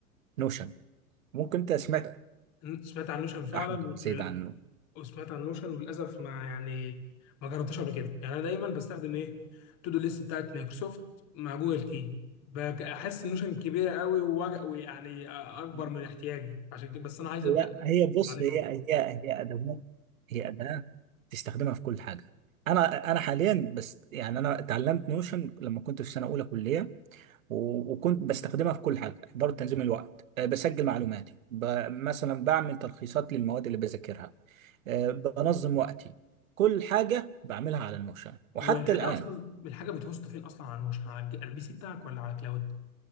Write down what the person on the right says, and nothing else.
نوشن ممكن أنت سمعت
أحمد أبو
زيد عنه
سمعت
لا
هي بص
هي
هي هي أدوات هي أداة تستخدمها في كل حاجة أنا أنا حاليا بس يعني أنا اتعلمت نوشن لما كنت في سنة أولى كلية و- وكنت بستخدمها في كل حاجة إدارة تنظيم الوقت أه، بسجل معلوماتي ب- مثلا بعمل تلخيصات للمواد اللي بذاكرها أه، بنظم وقتي كل حاجة بعملها على نوشن وحتى
الآن